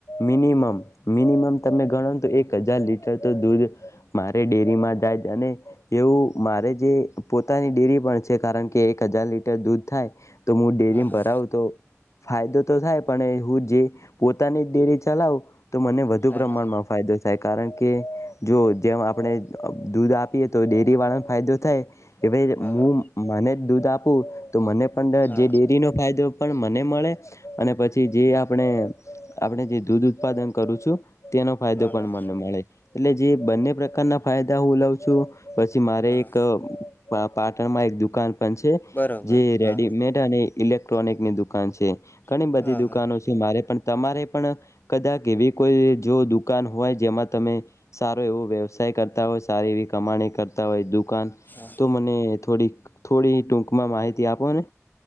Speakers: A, on the left (about 70°); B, on the left (about 35°).
A: મિનિમમ, મિનિમમ તમે ગણો તો એક હજાર લીટર, તો દૂધ મારે ડેરીમાં જાય અને એવું મારે જે પોતાની ડેરી પણ છે, કારણ કે એક હજાર લીટર દૂધ થાય તો હું ડેરીમાં
B: હા
A: ભરાવું, તો ફાયદો તો થાય પણ હું જે પોતાની ડેરી ચલાવુ, તો મને વધુ
B: હા
A: પ્રમાણમાં
B: હા
A: ફાયદો થાય કારણ કે જો, જે આપણે દૂધ આપીએ, તો ડેરી વાળા એતો થાય.
B: હા
A: હું,
B: હા
A: મને જ દૂધ આપું, તો મને પણ
B: હા
A: જે ડેરીનો, ફાયદો પણ મને મળે અને પછી, જે આપણે. આપણે જે દૂધ ઉત્પાદન કરું છું. તેનો ફાયદો
B: હા
A: પણ
B: હા
A: મને મળે, એટલે જે બંને પ્રકારના ફાયદા, હું લઉં છું. પછી,
B: હા
A: મારે એક
B: હા
A: પાટણમાં એક દુકાન
B: બરોબર
A: જે
B: હા
A: રેડીમેડ અને ઇલેક્ટ્રોનિકની. છે, ઘણી
B: હા
A: બધી દુકાનો
B: હા
A: છે, મારે પણ તમારે પણ કદાચ એવી કોઈ, જો દુકાન હોય જેમાં તમે સારો એવો વ્યવસાય કરતા હોય, સારી એવી કમાણી કરતા હોય દુઃખ
B: હા
A: તો મને થોડી-થોડી, ટૂકમાં માહિતી આપો ને?